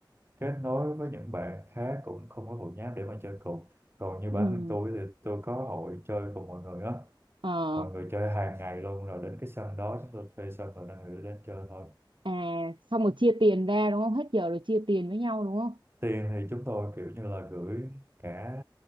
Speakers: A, on the right; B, on the right.
A: kết nối với những bạn khác cũng không có hội nhóm để mà chơi cùng còn như
B: ừ.
A: bản thân tôi thì tôi có hội chơi cùng mọi người á
B: ờ,
A: mọi người chơi hàng ngày luôn rồi đến cái sân đó chúng tôi thuê sân rồi đang gửi đến chơi thôi
B: à xong rồi chia tiền ra đúng không hết giờ rồi chia tiền với nhau đúng không
A: tiền thì chúng tôi kiểu như là gửi cả